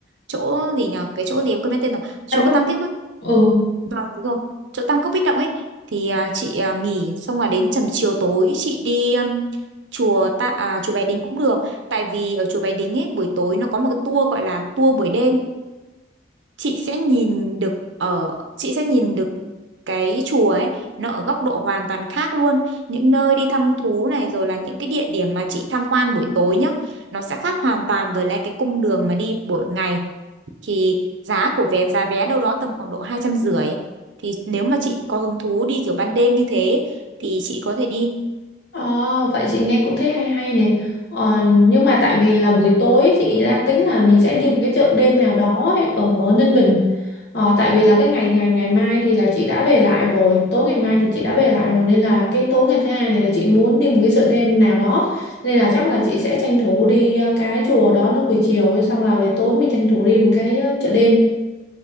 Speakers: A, on the right; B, on the left.
A: chỗ gì nhỉ? Cái chỗ gì em quên mất tên rồi. Chỗ
B: Em có
A: Tam Kích Bích.
B: ừ.
A: Vâng, đúng rồi. Chỗ Tam Cốc Bích Động ấy thì à, chị à, nghỉ xong là đến tầm chiều tối chị đi um, chùa ta à, chùa Bái Đính cũng được. Tại vì ở chùa Bái Đính ấy buổi tối nó có một cái tour gọi là tour buổi đêm chị sẽ nhìn được ở chị sẽ nhìn được cái chùa ấy nó ở góc độ hoàn toàn khác luôn những nơi đi thăm thú này rồi là những cái địa điểm mà chị tham quan buổi tối nhá nó sẽ khác hoàn toàn với lại cái cung đường mà đi buổi ngày thì giá của vé giá vé đâu đó tầm khoảng độ hai trăm rưỡi thì nếu mà chị có hứng thú đi kiểu ban đêm như thế thì chị có thể đi
B: Ờ, vậy chị nghe cũng thấy hay hay này. Ờ, nhưng mà tại vì là buổi tối chị đang tính là mình sẽ đi một cái chợ đêm nào đó ấy, ở Ninh Bình. Ờ, tại vì là cái ngày ngày ngày mai thì là chị đã về lại rồi, tối ngày mai thì chị đã về lại rồi nên là cái tối ngày thứ hai này là chị muốn đi một cái chợ đêm nào đó. Nên là chắc là chị sẽ tranh thủ đi ờ, cái chùa đó nó buổi chiều ấy, xong là để tối mình tranh thủ đi một cái ờ, chợ đêm.